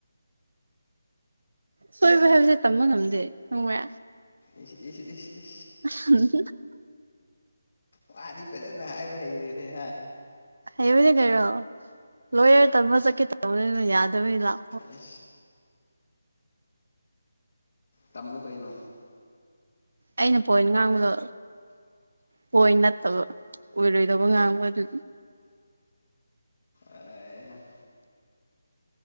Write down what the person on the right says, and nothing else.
ꯁꯣꯏꯕ ꯍꯥꯏꯕꯁꯦ ꯇꯝꯕ ꯉꯝꯗꯦ ꯈꯪꯕ꯭ꯔꯦ
ꯎꯝ
ꯍꯩꯕꯅꯦ ꯀꯔꯣ ꯂꯣꯌꯔ ꯇꯝꯕ ꯆꯠꯀꯦ ꯇꯧꯕꯅꯤꯅ ꯌꯥꯗꯕꯅꯤꯗꯥꯛ
ꯑꯩꯅ ꯄꯣꯏꯟ ꯉꯥꯡꯕꯗꯣ ꯄꯣꯏꯟ ꯅꯠꯇꯕ ꯑꯣꯏꯔꯣꯏꯗꯧꯕ ꯉꯥꯡꯕ ꯑꯗꯨ